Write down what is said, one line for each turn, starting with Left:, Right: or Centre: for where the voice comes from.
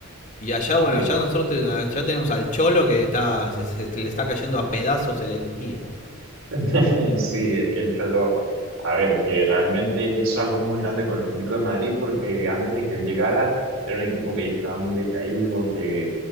Left: Y allá, bueno,
Right: Sí.
Left: allá nosotros te- allá tenemos al Cholo que está se- se le está cayendo a pedazos el equipo.
Right: <laughs> Sí, es que el Cholo, a ver, que realmente él hizo algo muy grande con el Atlético de Madrid porque antes de que él llegara era un equipo que ya estaba muy decaído, que